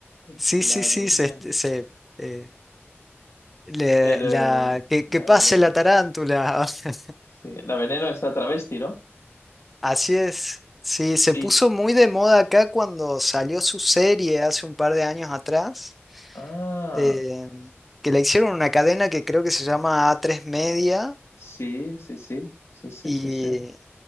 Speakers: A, on the left (about 80°); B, in the centre.
A: <laughs>
B: sí,
A: La
B: sí, sí,
A: Veneno.
B: se, este, se, eh, le-
A: Pero
B: la, que, que
A: la
B: pase
A: Veneno.
B: la tarántula. <laughs>
A: Sí, la Veneno está travesti, ¿no?
B: Así es. Sí,
A: Sí.
B: se puso muy de moda acá cuando salió su serie hace un par de años atrás,
A: Ah,
B: eh, que la hicieron en una cadena que creo que se llama a tres Media.
A: sí, sí, sí. Sí, sí,
B: Y,
A: sí, sí.